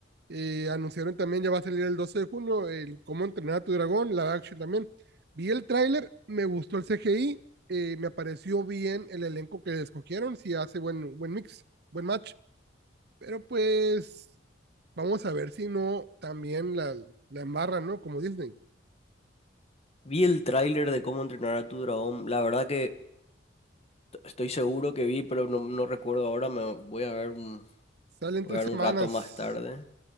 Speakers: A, on the right; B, on the left.
A: Eh, anunciaron también, ya va a salir el 12 de junio, el Cómo entrenar a tu dragón, la action también. Vi el tráiler, me gustó el CGI, eh, me pareció bien el elenco que escogieron, si hace buen, buen mix, buen match. Pero pues vamos a ver si no también la, la embarran, ¿no? Como Disney.
B: Vi el tráiler de cómo entrenar a tu dragón. La verdad que estoy seguro que vi, pero no, no recuerdo ahora. Me voy a ver un,
A: Salen
B: voy
A: tres
B: a ver un
A: semanas,
B: rato más tarde.